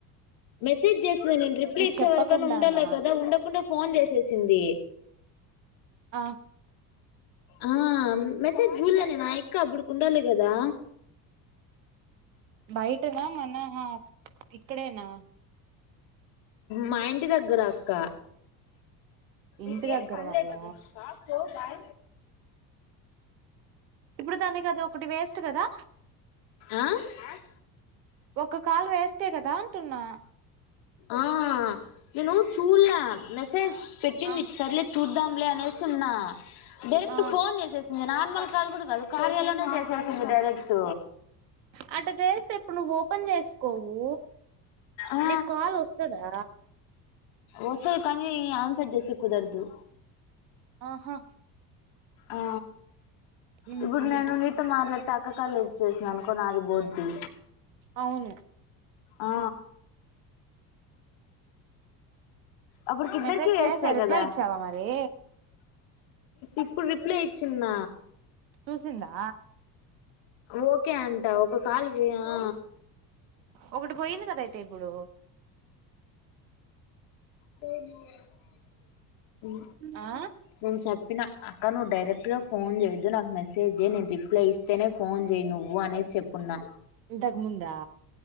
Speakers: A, on the left; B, on the right.
A: మెసేజ్ చేసింది నేను రిప్లై
B: నీకు
A: ఇచ్చే
B: చెప్పకుండానా
A: వరకన్నా ఉండాలా కదా ఉండకుండా ఫోన్ చేసేసి <unintelligible>
B: ఆ
A: ఆ మెసేజ్ జూలే నేను ఆ అక్క అప్పుడుకి ఉండాలి కదా
B: బైటనా మన ఇక్కడనా
A: మా ఇంటి దగ్గర అక్క
B: ఇంటి
A: ఇక ఏం
B: దగ్గర
A: పన్లేద
B: వాళ్ళ
A: ని నిమిషా పోదాయ
B: ఇప్పుడు తనే <unintelligible> ఒకటి వేస్ట్ కదా
A: ఆ అ
B: ఒక కాల్ వేస్ట్ కదా అంటున్నా
A: ఆ నేను చూలే మెసేజ్ పెట్టింది
B: ఆ
A: సర్లే చూద్దాం లే అనేసి సున్నా డైరెక్ట్
B: ఆ
A: ఫోన్ చేసేసింది నార్మల్ కాల్ కూడా కాదు కార్యాలోనే చేసేసింది డైరెక్ట్
B: ఆటా చేస్తే ఇప్పుడు నువ్వు ఓపెన్ చేసుకోవు
A: ఆ
B: నీకు కాల్ వస్తదా
A: వస్తది కానీ ఆన్సర్ చేసి కుదరదు
B: ఆహా
A: ఆ
B: మ్మ్
A: ఇప్పుడు నేను నీతో మాట్లాడితే అక్క కాల్ లే అనుకో నాది బొద్ది.
B: అవును
A: ఆ. అప్పుటికి ఇద్దరికి
B: మెసేజ్
A: వేస్టే
B: చేయసా రిప్లై
A: కదా
B: ఇచ్చావా మరి.
A: ఇప్పుడు రిప్లై ఇచ్చిన్న.
B: చూసిందా.
A: ఓకే అంటా ఒక కాలు వే ఆ.
B: ఒకటి పోయింది కదా అయితే ఇప్పుడు.
A: పో అమ్మ
B: ఆ
A: నేను చెప్పిన అక్క నువ్వు డై డైరెక్ట్ గా ఫోన్ చేయద్దు నాకు మెసజ్ చే నేను రిప్లై ఇస్తేనే ఫోన్ చేయి నువ్వు అనేసి చెప్పున్నా.
B: ఇంతకుముందా